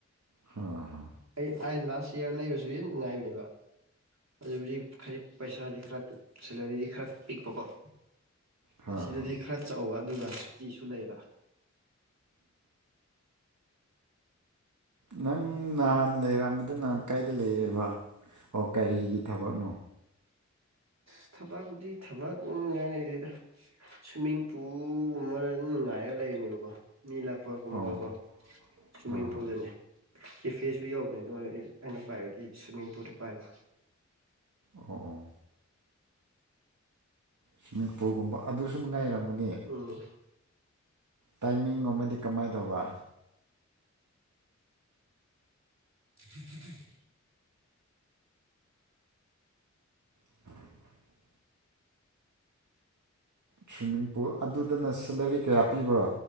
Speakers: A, on the right; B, on the right.
A: ꯍꯣꯏ ꯍꯣꯏ
B: ꯑꯩ ꯑꯩ ꯂꯥꯁ ꯏꯌꯥꯔ ꯂꯩꯕꯁꯨ ꯍꯦꯟꯅ ꯅꯨꯡꯉꯥꯏꯕꯅꯦꯕ ꯑꯗꯨꯕꯨꯗꯤ ꯈꯗꯤ ꯄꯩꯁꯥꯗꯤ ꯈꯔ ꯁꯦꯂꯔꯤꯗꯤ ꯈꯔ ꯄꯤꯛꯄꯀꯣ
A: ꯍꯣꯏ
B: ꯑꯁꯤꯗꯗꯤ
A: ꯍꯣꯏ
B: ꯈꯔ ꯆꯥꯎꯕ ꯑꯗꯨꯒ ꯁꯨꯇꯤꯁꯨ ꯂꯩꯕ
A: ꯅꯪ ꯅꯍꯥꯟ ꯂꯩꯔꯝꯕꯗꯨ ꯅ ꯀꯥꯏꯗ ꯂꯩꯌꯦꯕ ꯑꯣ ꯀꯔꯤꯒꯤ ꯊꯕꯛꯅꯣ
B: ꯑ ꯊꯕꯛꯄꯨꯗꯤ ꯊꯕꯛ ꯉꯉꯥꯏ ꯂꯩꯔꯦꯗ ꯁ꯭ꯋꯤꯃꯤꯡ ꯄꯨ ꯒꯨꯝꯕꯗ ꯑꯗꯨ ꯉꯥꯏꯔꯒ ꯂꯩꯒꯅꯦꯕꯀꯣ ꯃꯤ ꯂꯥꯛꯄ ꯀꯨꯝꯕꯀꯣ
A: ꯑꯣ ꯍꯣꯏ
B: ꯁ꯭ꯋꯤꯝꯃꯤꯡ
A: ꯍꯣꯏ ꯑꯣ
B: ꯄꯨꯜꯗꯅꯦ ꯀꯦꯐꯦꯁꯨ ꯌꯧꯕꯅꯦ ꯑꯗꯨꯣ ꯑꯣꯏ ꯑꯩꯅ ꯄꯥꯏꯕꯗꯤ ꯁ꯭ꯋꯤꯝꯃꯤꯡ ꯄꯨꯜꯗ ꯄꯥꯏꯕ
A: ꯑꯣ ꯁ꯭ꯋꯤꯝꯃꯤꯡ ꯄꯨꯜꯒꯨꯝꯕ ꯑꯗꯨꯁꯨ ꯅꯨꯉꯥꯏꯔꯝꯒꯅꯤ
B: ꯎꯝ
A: ꯇꯥꯏꯃꯤꯡꯒꯨꯝꯕꯗꯤ ꯀꯃꯥꯏ ꯇꯧꯕ
B: <inaudible>
A: <inaudible> ꯁ꯭ꯋꯤꯝꯃꯤꯡ ꯄꯨꯜ ꯑꯗꯨꯗꯅ ꯁꯦꯂꯔꯤ ꯀꯌꯥ ꯄꯤꯕ꯭ꯔꯥ